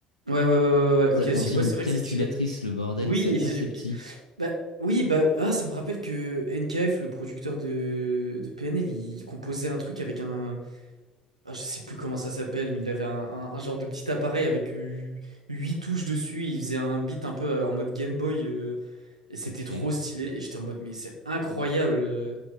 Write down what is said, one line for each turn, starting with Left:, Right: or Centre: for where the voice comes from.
Right: Ouais, ouais, ouais, ouais, ouais,
Left: Ça,
Right: ouais, ok,
Left: on
Right: si,
Left: dirait
Right: ouais,
Left: une
Right: c'est vrai
Left: calculatrice,
Right: que c'est stylé.
Left: le bordel.
Right: Oui,
Left: C'est assez petit.
Right: <laughs> Bah, oui, bah, ah, ça me rappelle que NKF, le producteur de, de PNL, il composait un truc avec un. ah, je sais plus comment ça s'appelle, mais il avait un, un- un genre de petit appareil avec 8 touches dessus. et il faisait un beat un peu euh, en mode Game Boy. euh, et c'était
Left: Ok.
Right: trop
Left: Mais
Right: stylé. Et j'étais en mode, mais c'est incroyable. euh.